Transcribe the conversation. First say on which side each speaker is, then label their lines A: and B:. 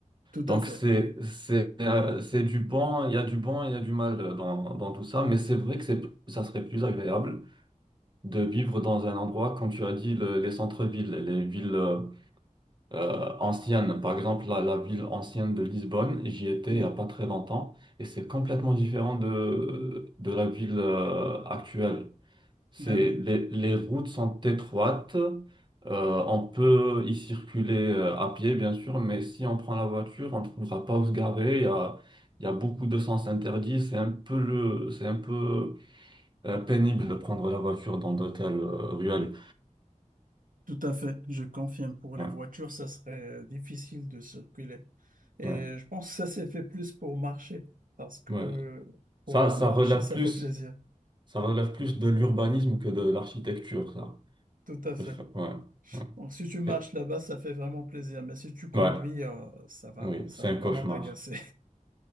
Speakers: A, on the right; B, on the right.
A: Tout
B: Donc
A: à fait.
B: c'est c'est euh, c'est du bon, il y a du bon, il y a du mal euh, dans, dans tout ça. Mais c'est vrai que c'est ça serait plus agréable de vivre dans un endroit, comme tu as dit, le- les centres-villes, les villes euh, euh, anciennes. Par exemple, la, la ville ancienne de Lisbonne, j'y étais
A: Oui,
B: il n'y a pas très longtemps, et c'est complètement différent de de la ville euh, actuelle. C'est
A: ben oui,
B: les, les routes sont étroites. Euh, on peut y circuler euh, à pied, bien sûr, mais si on prend la voiture, on ne trouvera pas où se garer. Il y a, il y a beaucoup de sens interdits. C'est un peu le, c'est un peu euh, pénible de prendre la voiture dans d'hôtels euh, ruelles.
A: tout à fait. Je confirme, pour les
B: Ouais,
A: voitures, ça serait euh, difficile de circuler. Et
B: ouais,
A: je pense que ça s'est fait plus pour marcher, parce que
B: ouais.
A: pour
B: Ça, ça
A: marcher,
B: relève
A: ça
B: plus,
A: fait plaisir.
B: ça relève plus de l'urbanisme que de l'architecture, ça.
A: Tout à fait.
B: Le fa- Ouais, ouais.
A: Donc, si tu marches
B: Et-
A: là-bas, ça fait vraiment plaisir. Mais si tu conduis,
B: ouais,
A: euh, ça va,
B: oui,
A: ça
B: c'est
A: va
B: un
A: vraiment
B: cauchemar.
A: t'agacer.